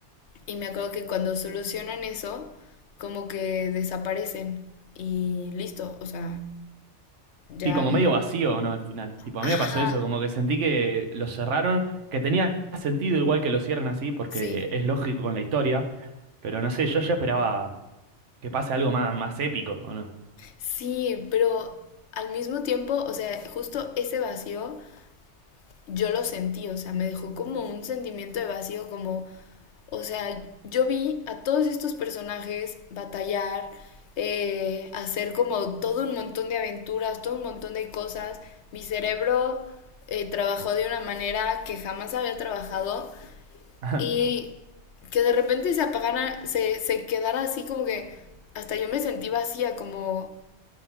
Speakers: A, on the left; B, on the right.
A: Y me acuerdo que cuando solucionan eso, como que desaparecen y listo, o sea, ya...
B: Sí, como medio vacío, ¿no? Al final. Tipo,
A: Ajá,
B: a mí me pasó eso, como que sentí que lo cerraron, que tenía sentido igual que lo cierren así, porque
A: sí,
B: es lógico con la historia Pero no sé, yo ya esperaba que pase algo más, más épico, ¿o no?
A: sí, pero al mismo tiempo, o sea, justo ese vacío yo lo sentí, o sea, me dejó como un sentimiento de vacío, como O sea, yo vi a todos estos personajes batallar, eh, hacer como todo un montón de aventuras, todo un montón de cosas. Mi cerebro eh, trabajó de una manera que jamás había trabajado
B: <laughs>
A: y que de repente se apagara, se, se quedara así como que hasta yo me sentí vacía, como,